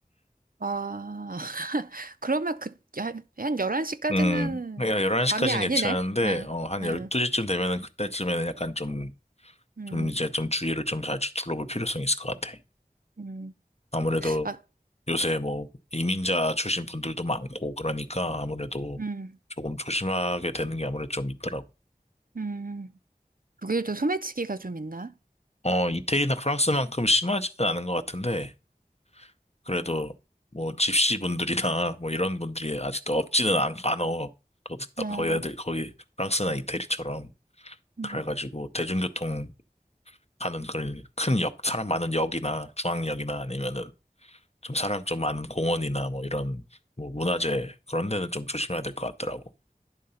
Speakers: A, on the right; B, on the left.
A: 아, <laughs> 그러면 그, 한, 한 11시까지는
B: 음, 그러니까 11시까지는
A: 밤이 아니네?
B: 괜찮은데,
A: 응,
B: 어, 한
A: 응.
B: 12시쯤 되면은 그때쯤에는 약간 좀,
A: 응,
B: 좀 이제 좀 주의를 좀 잘 둘러볼 필요성이 있을 것 같아.
A: 응,
B: 아무래도
A: 아,
B: 요새 뭐 이민자 출신 분들도 많고 그러니까 아무래도
A: 응,
B: 조금 조심하게 되는 게 아무래도 좀 있더라고.
A: 응, 독일도 소매치기가 좀 있나?
B: 어, 이태리나 프랑스만큼 심하지는 않은 것 같은데, 그래도 뭐 집시 분들이나 <laughs> 뭐 이런 분들이 아직도 없지는 않, 않어. 거기,
A: 어,
B: 거기 거기 프랑스나 이태리처럼.
A: 응.
B: 그래가지고 대중교통 하는 그런 큰 역, 사람 많은 역이나 중앙역이나 아니면은 좀 사람 좀 많은 공원이나 뭐 이런 뭐 문화재 그런 데는 좀 조심해야 될 것 같더라고.